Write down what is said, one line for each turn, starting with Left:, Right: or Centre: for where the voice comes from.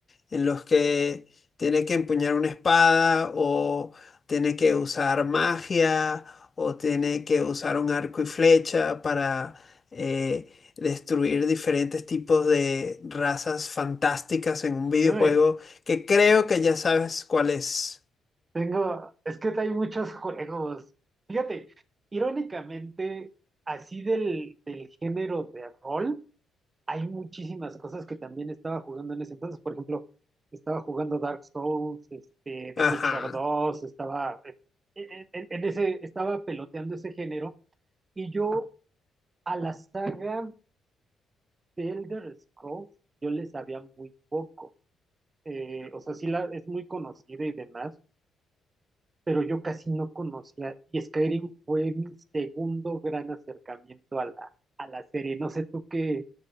Left: en los que tiene que empuñar una espada o tiene que usar magia o tiene que usar un arco y flecha para eh, destruir diferentes tipos de razas fantásticas en un videojuego
Right: Uy,
Left: que creo que ya sabes cuál es.
Right: tengo, es que hay muchos juegos. Fíjate, irónicamente, así del, del género de rol, hay muchísimas cosas que también estaba jugando en ese entonces. Por ejemplo, estaba jugando Dark Souls, este, The
Left: Ajá.
Right: Witcher dos estaba eh, en, en- en ese, estaba peloteando ese género. Y yo a la saga de Elder Scrolls, yo le sabía muy poco. Eh, o sea, sí la, es muy conocida y demás pero yo casi no conocía y Skyrim fue mi segundo gran acercamiento a la, a la serie. No sé tú qué,